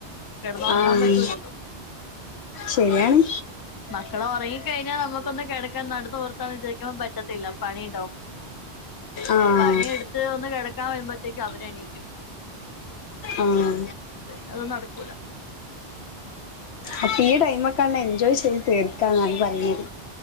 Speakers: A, on the left; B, on the left.
A: കിടന്നുറങ്ങാൻ
B: ആഹ്
A: പറ്റൂലല്ലോ
B: ശരിയാണ്
A: മക്കള് ഉറങ്ങിക്കഴിഞ്ഞാൽ നമുക്കൊന്നും കിടക്കാൻ നടു നിവർത്താന്ന് വിചാരിക്കുമ്പോ പറ്റത്തില്ല പണിണ്ടാവും
B: ആഹ്
A: പണിയെടുത്ത് ഒന്ന് കിടക്കാൻ വരുമ്പോത്തേക്കും അവര് എണീക്കും
B: ആഹ്
A: പിന്നെ അതും നടക്കൂല
B: അപ്പ ഈ ടൈമൊക്കൊന്ന് എൻജോയ് ചെയ്ത് തീർക്കാ എന്നാണ് പറിണത്